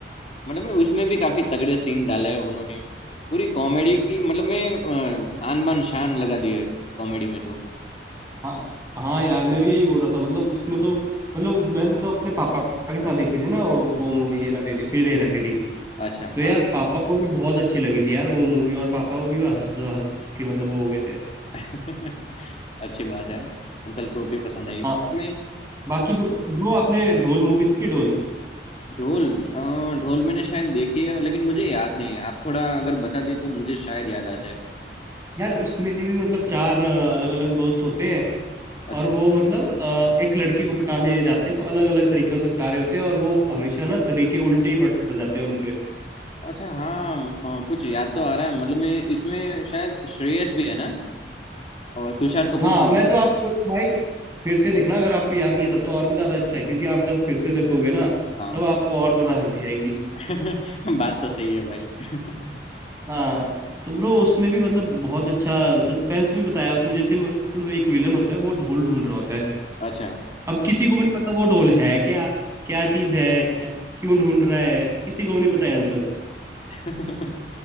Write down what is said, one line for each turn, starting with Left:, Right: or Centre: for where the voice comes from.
Left: मतलब मैं उसमें भी काफी तगड़े सीन डाले हैं उन्होंने पूरी कॉमेडी की मतलब मैं आन बान शान लगा दी है कॉमेडी में तो
Right: हाँ हाँ यार मैं भी यही बोल रहा था मतलब उसमें तो मतलब मैंने तो अपने पापा के साथ देखी थी ना वो, वो मूवी हेरा फेरी फिर हेरा फेरी
Left: अच्छा
Right: तो यार
Left: हाँ
Right: पापा को भी बहुत अच्छी लगी थी यार वो मूवी और पापा को भी वो हंस हंस के मतलब वो हो गए थे
Left: <laughs> अच्छी बात है अंकल को भी पसंद आई
Right: हाँ
Left: मैं
Right: बाकी ब्रो ब्रो आपने ढोल मूवी देखी है ढोल
Left: ढोल अ, ढोल मैंने शायद देखी है लेकिन मुझे याद नहीं है आप थोड़ा अगर बता दे तो मुझे शायद याद आ जाए
Right: यार उसमें भी मतलब चार अलग अलग दोस्त होते हैं
Left: अच्छा
Right: और वो मतलब अ, एक लड़की को पटाने जाते हैं तो अलग अलग तरीके से पटा रहे होते हैं और वो हमेशा ना तरीके उल्टे ही पड़ जाते हैं उनपे
Left: अच्छा हाँ अ, कुछ याद तो आ रहा है मतलब मैं इसमें शायद श्रेयस भी है ना और तुषार कपूर
Right: हाँ
Left: भी
Right: मैं तो आपको बोलूँ भाई फिर से देखना
Left: है
Right: अगर आपको याद नहीं है तब तो और भी ज़्यादा अच्छा है क्योंकि आप जब फिर से देखोगे ना
Left: हाँ
Right: तब आपको और ज़्यादा हंसी आएगी
Left: <laughs> बात तो सही है भाई <laughs>
Right: हाँ तो ब्रो उसमें भी मतलब बहुत अच्छा सस्पेंस भी बताया है उसमें जैसे मतलब एक विलन होता है वो ढोल ढूंढ रहा होता है
Left: अच्छा
Right: अब किसी को भी नहीं पता वो ढोल है क्या क्या चीज़ है क्यों ढूंढ रहा है किसी को भी नहीं पता एंड तक
Left: <laughs>